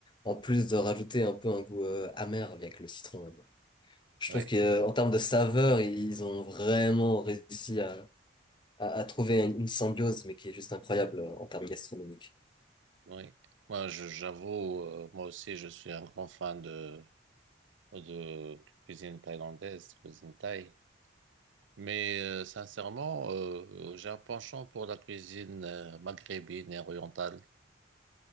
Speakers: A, on the left; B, on the right.
A: en plus de rajouter un peu un goût euh, amer avec le citron on va dire. je
B: Oui.
A: trouve que euh, en termes de saveur ils ont vraiment réussi à à, à trouver une symbiose, mais qui est juste incroyable euh, en termes gastronomiques.
B: Oui, moi je- j'avoue, euh, moi aussi je suis un grand fan de, de cuisine thaïlandaise, cuisine thaï. Mais euh, sincèrement, euh, j'ai un penchant pour la cuisine euh, maghrébine et orientale.